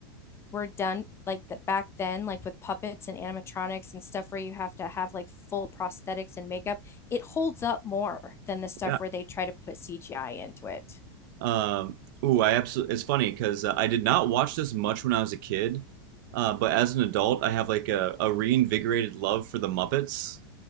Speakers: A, on the left; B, on the right.
A: were done like that back then, like with puppets and animatronics and stuff where you have to have like full prosthetics and makeup, it holds up more than the stuff
B: Yeah.
A: where they try to put CGI into it.
B: Um, ooh, I absolutely. It's funny because uh, I did not watch this much when I was a kid, uh, but as an adult, I have like a, a reinvigorated love for the Muppets.